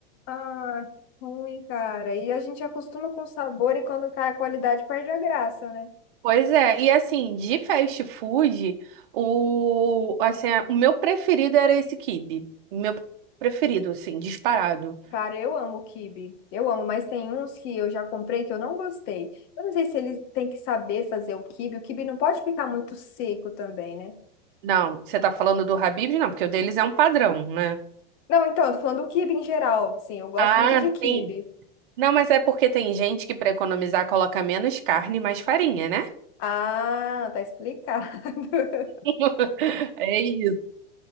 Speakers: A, on the left; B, on the right.
A: Ah, que ruim, cara. E a gente acostuma com o sabor e quando cai a qualidade perde a graça, né?
B: Pois é, e assim, de fast food, o, assim, o meu preferido era esse quibe. O Meu preferido, assim, disparado.
A: Cara, eu amo quibe. Eu amo, mas tem uns que eu já comprei que eu não gostei. Eu não sei se ele tem que saber fazer o quibe. O quibe não pode ficar muito seco também, né?
B: Não, você tá falando do Habib's? Não, porque o deles é um padrão, né?
A: Não, então, eu tô falando do quibe em geral. Sim, eu gosto
B: Ah,
A: muito de quibe.
B: sim. Não, mas é porque tem gente que pra economizar coloca menos carne e mais farinha, né?
A: Ah, tá explicado. <laughs>
B: <laughs> É isso.